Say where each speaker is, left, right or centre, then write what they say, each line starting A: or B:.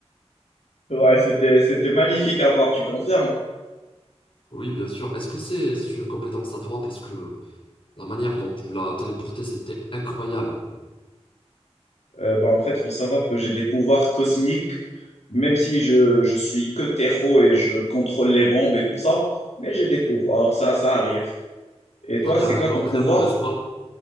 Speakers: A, on the left; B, on the left.
A: Ouais, c'était, c'était magnifique à voir, tu confirmes?
B: Oui, bien sûr. Est-ce que c'est c'est une compétence à toi? Parce que la manière dont tu l'as téléporté, c'était incroyable.
A: Euh, bah, en fait, il faut savoir que j'ai des pouvoirs cosmiques, même si je, je suis que terreau et je contrôle les bombes et tout ça, mais j'ai des pouvoirs, ça, ça arrive. Et toi,
B: Ça vient
A: c'est
B: avec
A: quoi
B: l'entraînement,
A: ton pouvoir?
B: n'est-ce pas?